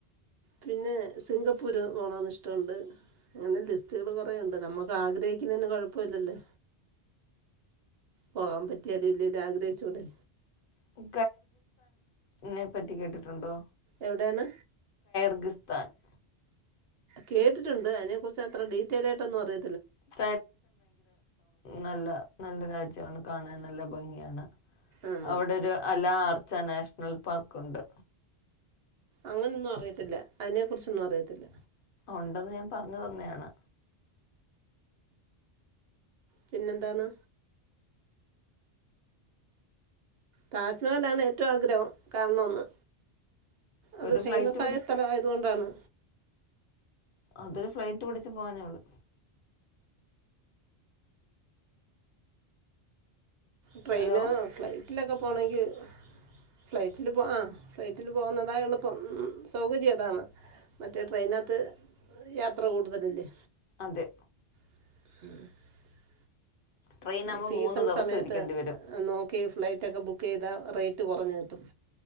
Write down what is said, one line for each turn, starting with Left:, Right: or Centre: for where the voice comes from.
Right: പിന്നെ സിങ്കപ്പൂർ പോണോന്ന് ഇഷ്ട്ടോണ്ട്. അങ്ങനെ ലിസ്റ്റുകൾ കുറെയുണ്ട്. നമ്മക് ആഗ്രഹിക്കുന്നെന് കൊയപ്പേല്ലലോ. പോകാൻ പറ്റിയാലും ഇല്ലേലും ആഗ്രഹിച്ചൂടെ
Left: <unintelligible> നെ പ്പറ്റി കേട്ടിട്ടുണ്ടോ
Right: എവിടെയാണ്
Left: <unintelligible>
Right: കേട്ടിട്ടുണ്ട്. അതിനെക്കുറിച്ചത്ര ഡീറ്റൈൽ ആയിട്ടൊന്നും അറി
Left: <unintelligible> നല്ല രാജ്യമാണ് കാണാൻ നല്ല ഭംഗിയാണ്
Right: ആണോ
Left: അവിടൊരു അലാ നാഷണൽ പാർക്കുണ്ട്
Right: അങ്ങനൊന്നും അറിയത്തില്ല അതിനെക്കുറിച്ചൊന്നും അറിയത്തില്ല
Left: ഉണ്ടെന്ന് ഞാൻ പറഞ്ഞു തന്നെയാണ്
Right: പിന്നെന്താണ് താജ്മഹൽ ആണ് ഏറ്റവും ആഗ്രഹം കാണണോന്ന് അത്
Left: ഒരു
Right: ഫേമസ്
Left: ഫ്ലൈറ്റ്
Right: ആയ സ്ഥലായത് കൊണ്ടാണ്
Left: അത് ഫ്ലൈറ്റ് പിടിച്ച് പോകാനേ ഉള്ളു
Right: ട്രെയിനോ
Left: ഹലോ
Right: ഫ്ലൈ ഫ്ലൈറ്റിലൊക്കെ പോണോങ്കി ഫ്ലൈറ്റിൽ ആ ഫ്ലൈറ്റിൽ പോകുന്നതാ എളുപ്പം. സൗകര്യം അതാണ്‌. മറ്റേ ട്രെയിനകത്ത് യാത്ര കൂടുതലല്ലേ
Left: അതെ
Right: <inaudible>
Left: ട്രെയിൻ ആകുമ്പോൾ
Right: സീസൺ
Left: മൂന്ന് ദിവസം
Right: സമയത്ത്
Left: ഇരിക്കേണ്ടി വരും
Right: നോക്കി ഫ്ലൈറ്റ് ഒക്കെ ബുക്ക് ചെയ്താൽ റേറ്റ് കുറഞ്ഞ് കിട്ടും